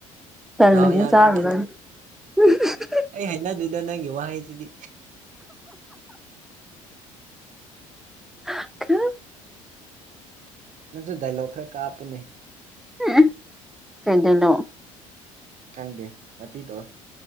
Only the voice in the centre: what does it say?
ꯇꯜꯂꯥꯗꯤ
ꯆꯥꯔꯨꯔꯥꯅꯨ <unintelligible>
<inaudible>
<unintelligible> ꯀꯩ ꯗꯥꯏꯂꯣꯛ